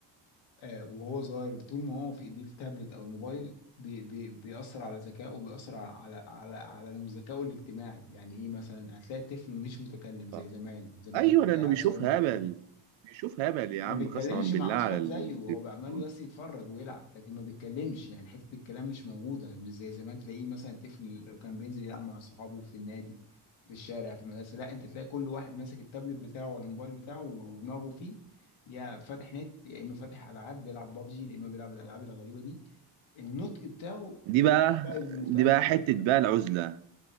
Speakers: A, on the left (about 85°); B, on the right (about 80°).
A: آه، وهو صغير طول ما هو في ايديه التابلت او الموبايل بي بي بيأثر على ذكائه وبيأثر على على على ذكائه الاجتماعي يعني ايه مثلا هتلاقي الطفل مش متكلم زي
B: آه.
A: زمان زمان
B: ايوه
A: كنت تلاقي
B: لانه
A: العيل
B: بيشوف
A: الصغير متكلم
B: هبل بيشوف هبل يا
A: ما
B: عم
A: بيتكلمش
B: قسما بالله
A: مع اطفال
B: على التلفزيون
A: زيه هو بقى عمال بس يتفرج ويلعب لكن ما بيتكلمش يعني حته الكلام مش موجوده مش زي زمان تلاقيه مثلا الطفل اللي كان بينزل يلعب مع صحابه في النادي في الشارع في المدرسه لا انت تلاقي كل واحد ماسك التابلت بتاعه ولا الموبايل بتاعه ودماغه فيه يا فاتح نت يا اما فاتح العاب بيلعب بابجي يا اما بيلعب الالعاب الغريبه دي النطق بتاعه
B: دي
A: بقى,
B: بقى
A: بقى متاخر
B: دي بقى حته بقى العزله